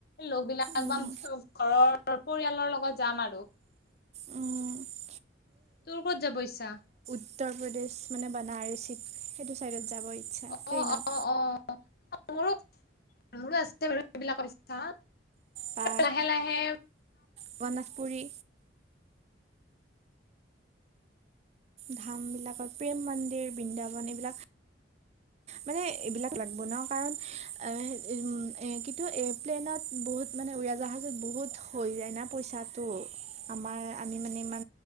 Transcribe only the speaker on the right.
উম।
মোৰ
উত্তৰ প্ৰদেশ মানে বনাৰসীত সেইটো চাইডত যাব। ইচ্ছা
ট্ৰেইনত
বা
জগন্নাথ পুৰী ধামবিলাকত, প্ৰেম মন্দিৰ, বৃন্দাবন এইবিলাক মানে এইবিলাক ল'ব ন, কাৰণ এ উ কিন্তু এৰপ্লেইনত বহুত মানে উৰাজাহাজত বহুত হৈ যায় না পইচাটো আমাৰ আমি মানে ই।